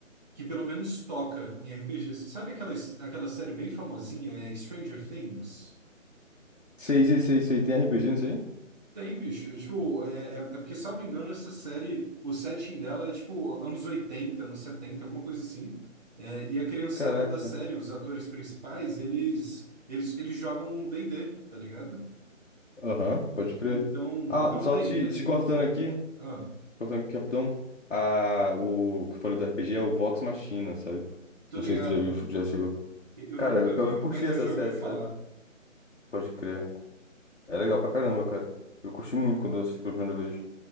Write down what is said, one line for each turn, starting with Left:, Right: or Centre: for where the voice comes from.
Right: que pelo menos toca em RPG. Sabe aquela, aquela série bem famosinha, é Stranger Things?
Left: Sei, sei, sei, sei. Tem RPG nisso aí?
Right: Tem, bicho. Tipo, é, é, é porque, salvo engano, essa série, o setting dela é tipo anos 80 anos 70 alguma coisa assim. É, e a criançada
Left: Caraca.
Right: da série, os atores principais, eles eles, eles jogam D&D, tá ligado?
Left: Aham, pode crer.
Right: Então,
Left: Ah,
Right: então
Left: só
Right: o D&D,
Left: te, te
Right: ele
Left: cortando
Right: foi.
Left: aqui. te
Right: Ah,
Left: Cortando aqui, capitão. Ah, o que eu falei do RPG é o Vox Machina, sabe?
Right: tô
Left: Não
Right: ligado.
Left: sei se tu já viu, já chegou.
Right: E- Eu
Left: Cara,
Right: nunca
Left: o pior
Right: vi,
Left: que eu curti
Right: mas
Left: essa
Right: eu já
Left: série,
Right: ouvi falar.
Left: sabe? Pode crer. É legal pra caramba, cara. Eu curti muito quando eu assisti pela primeira vez.